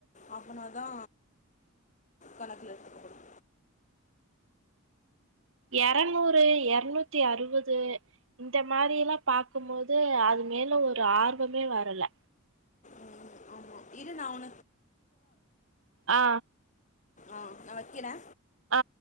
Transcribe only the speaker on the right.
எரநூறு எரநூத்தி அறுபது இந்த மாரியெல்லா பாக்கும்போது அது மேல ஒரு ஆர்வமே வரல
ஆ
ஆ